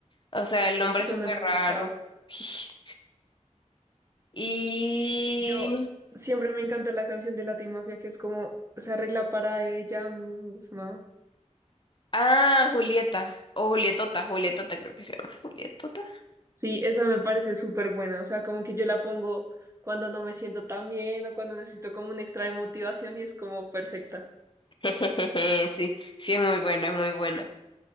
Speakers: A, on the left; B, on the right.
A: O sea, el nombre
B: Esa
A: es súper
B: no la he escuchado.
A: raro. <laughs> Y...
B: Yo siempre me encanta la canción de Latin Mafia que es como se arregla para ella misma.
A: Ah, Julieta. O Julietota, Julietota creo que se llama. Julietota.
B: Sí, esa me parece súper buena. O sea, como que yo la pongo cuando no me siento tan bien o cuando necesito como un extra de motivación y es como perfecta.
A: <laughs> Sí, sí es muy buena, es muy buena.